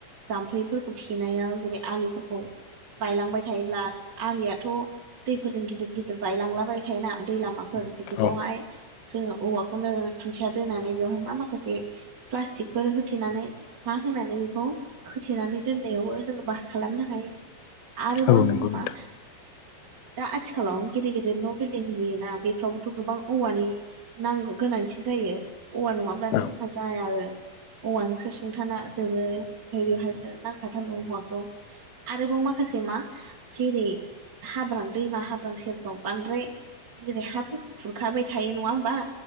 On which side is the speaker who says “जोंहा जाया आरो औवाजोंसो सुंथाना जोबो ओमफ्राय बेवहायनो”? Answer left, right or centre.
Right